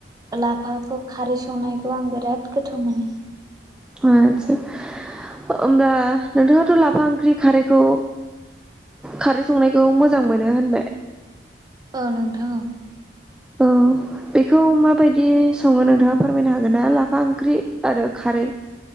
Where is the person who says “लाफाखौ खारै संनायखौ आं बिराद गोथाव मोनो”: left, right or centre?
Right